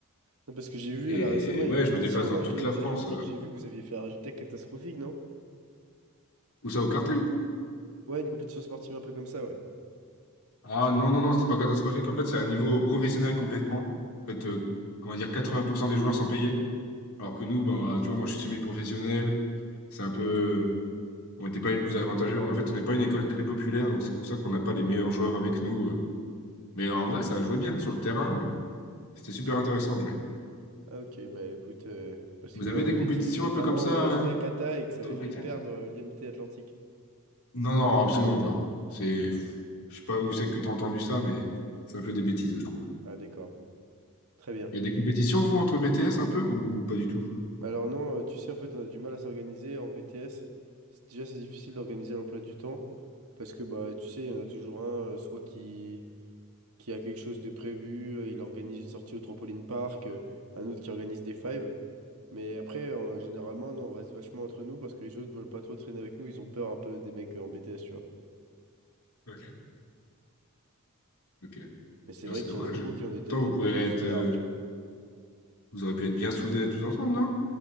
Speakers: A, on the right; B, on the left.
A: Non, parce que j'ai vu
B: Et
A: là récemment, il
B: ouais,
A: y a une compétition,
B: je me déplace dans
A: non, avec
B: toute
A: l'IMT
B: la France.
A: Atlantique,
B: euh.
A: j'ai vu que vous aviez fait un résultat catastrophique, non?
B: Où ça, au cartel?
A: Ouais, une compétition sportive un peu comme ça, ouais.
B: Ah non, non, non, c'est pas catastrophique. En fait, c'est un niveau professionnel complètement. En fait, euh, on va dire 80% des joueurs sont payés. Alors que nous, bah, tu vois, moi, je suis semi-professionnel. C'est un peu. On n'était pas les plus avantageux. En fait, on n'est pas une école très populaire, donc c'est pour ça qu'on n'a pas les meilleurs joueurs avec nous. euh. Mais en vrai, ça a joué bien sur le terrain. euh. C'était super intéressant de jouer.
A: Ah ok, bah écoute, euh, parce
B: Vous
A: que
B: avez
A: moi on
B: des
A: m'avait
B: compétitions
A: dit que c'était
B: un
A: vraiment
B: peu comme ça,
A: le résultat
B: euh,
A: cata et que ça
B: entre
A: avait
B: Ok.
A: fait
B: bêtises?
A: perdre l'IMT Atlantique.
B: Non, non, absolument pas. C'est, je sais pas où c'est que tu as entendu ça, mais c'est un peu des bêtises, je trouve.
A: Ah d'accord, très bien.
B: Il y a des compétitions, vous, entre BTS un peu ou pas du tout?
A: Bah alors non, euh, tu sais, en fait, on a du mal à s'organiser en BTS. C'est- Déjà, c'est difficile d'organiser l'emploi du temps parce que, bah, tu sais, il y en a toujours un, euh, soit qui, qui a quelque chose de prévu, euh, il organise une sortie au trampoline park, euh, un autre qui organise des fives. Mais après, euh, généralement, non, on reste vachement entre nous parce que les autres veulent pas trop traîner avec nous, ils ont peur un peu des mecs euh, en BTS, tu vois.
B: Ok. Ok.
A: Mais c'est
B: Là,
A: vrai
B: c'est dommage.
A: qu'il y en a beaucoup qui ont des
B: Pourtant,
A: têtes
B: vous
A: un
B: pourriez
A: peu de
B: être,
A: zonards,
B: euh,
A: tu vois.
B: vous auriez pu être bien soudés tous ensemble, non?